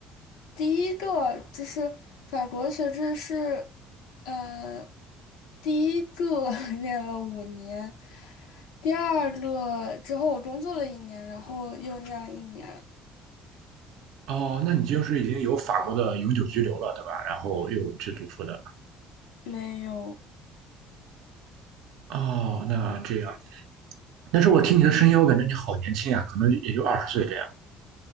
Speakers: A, on the left; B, on the right.
A: 第一个就是法国学制是，呃。第一个 <laughs> 念了五年，第二个之后我工作了一年，然后又念了一年，
B: 哦，那你就是已经有法国的永久居留了，对吧？然后又去读书的。
A: 没有，
B: 哦，那这样。但是我听你的声音，我感觉你好年轻啊，可能也就二十岁这样。